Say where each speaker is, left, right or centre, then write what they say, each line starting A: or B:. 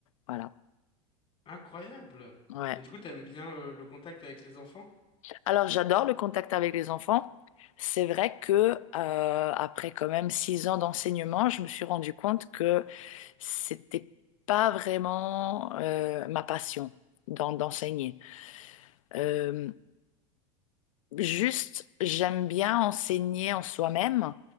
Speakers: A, on the left; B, on the left.
A: Voilà.
B: Incroyable.
A: Ouais.
B: Et du coup, t'aimes bien euh, le contact avec les enfants?
A: Alors, j'adore le contact avec les enfants. C'est vrai que euh, après quand même 6 ans d'enseignement, je me suis rendu compte que c'était pas vraiment euh, ma passion d'en- d'enseigner. Euh, Juste, j'aime bien enseigner en soi-même,